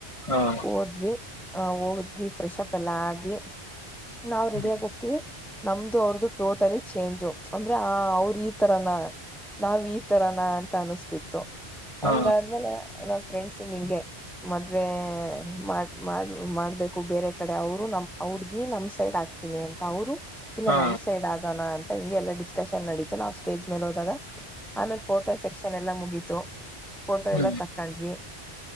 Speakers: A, on the left (about 30°); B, in the centre.
A: ಹಾ
B: ಓದ್ವಿ ಆ ಹದ್ಿ ಫ್ರೆಶ್ಪ್ ಎಲ್ಲಾ ಆಗಿ ನಾವು
A: ಹ್ಮ್
B: ರೆಡಿಯಾಗಿ ಹೋಗ್ತೀವಿ ನಮ್ದು ಅವ್ರದುು ಟೋಟಲಿ ಚೇಂಜು ಅಂದ್ರೆ ಆ ಅವ್ರ ಈ ತರಾನ ನಾವ್ ಈ ತರಾನ ಅಂತ ಅನಸ್ತಿತ್ತು ಹಂಗಾದ್ಮೇಲೆ
A: ಹಾ
B: ನಾವ ಫ್ರೆಂಡ್ಸ ನಿಂಗೆ ಮದ್ವೆ ಮಾಡ್ ಮಾಡ್ ಮಾಡ್ಬೇಕು ಬೇರೆ ಕಡೆ ಅವರು ನಮ್ ಅವಡ್ಗಿ ನಮ್ ಸೈಡ್ ಆಕ್ತೀನಿ ಅಂತ ಅವರು ಇಲ್ಲ
A: ಹಾ
B: ನಮ್ ಸೈಡ್ ಆಗೋಣ ಅನ್. ೈಮ್ಗೆ ಎಲ್ಲಾ ಡಿಸ್ಕಶನ್ ನಡೀತು ನಾ್ ಸ್ಟೇಜ್ ಮೇಲೆ ಹೋದಾಗ ಆಮೇಲೆ ಫೋಟೋ ಸೆಕ್ಷನ್ ಎಲ್ಲ ಮುಗತು ಫೋಟೋ
A: ಹ್ಮ್
B: ಎಲ್ಲ ತಕೊಂಡ್ವಿ